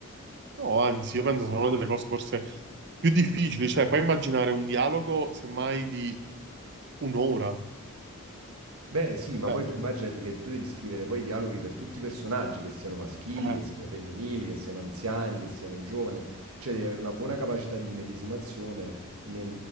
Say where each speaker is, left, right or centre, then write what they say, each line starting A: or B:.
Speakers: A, on the right; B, on the right.
A: No, anzi, io penso sia una delle cose forse più difficili, cioè puoi immaginare un dialogo semmai di un'ora,
B: Beh, sì, ma
A: Cioè,
B: poi tu Mm. immaginati che tu devi scrivere poi i dialoghi per tutti i personaggi, che siano maschili,
A: eh,
B: che siano femminili, che siano anziani, che siano giovani, cioè devi avere una buona capacità di immedesimazione nel,